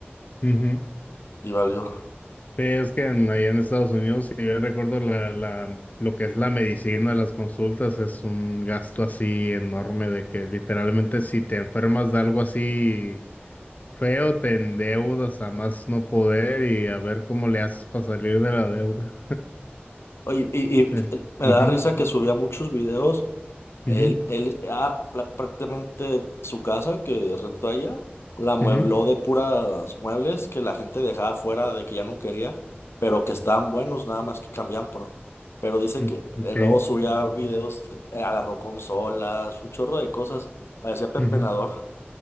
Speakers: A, on the left (about 40°); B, on the left (about 85°).
A: Ujú.
B: Y valió.
A: Sí, es que en- allá en Estados Unidos, si bien recuerdo, la, la, lo que es la medicina, las consultas, es un gasto así enorme de que literalmente si te enfermas de algo así Feo, te endeudas a más no poder y a ver cómo le haces para salir de la deuda.
B: Oye, y, y-
A: Es-
B: me
A: ujú,
B: da risa que subía muchos videos. Él,
A: ujú,
B: él ah, pla- prácticamente su casa que rentó allá, la muebló
A: ujú,
B: de puras muebles que la gente dejaba fuera de que ya no quería, pero que estaban buenos, nada más que cambiaban por. Pero dice
A: mm,
B: que eh,
A: ok,
B: luego subía videos, eh, agarró consolas, un chorro de cosas. Parecía pepenador.
A: ujú,